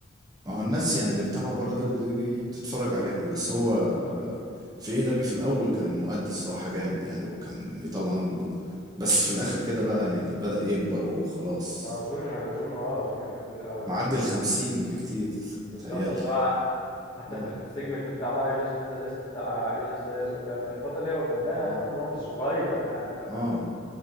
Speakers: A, on the right; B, on the left.
A: ما هو الناس يعني اللي متابعة بره ده بت- بي- بتتفرج عليه عادي بس هو آه، في ايه دبي في الاول كان مؤدي الصراحة جامد يعني وكان بيطلع نار من بقه بس في الاخر كده بقى يعني بدأ يكبر وخلاص
B: أظن يعني أظن أه أظن هيبقى كبير أوي
A: معدي
B: يعني
A: الخمسين بكتير
B: بالظبط
A: تهيألي
B: اصل هو حتى
A: اه
B: في السيجمنت بتاع بقى جاست ميت ذا ليست بتاع ايجي ستايلز والكلام الفتره دي هو كان باين عليه
A: اه
B: برضه ان هو مش صغير يعني ف...
A: اه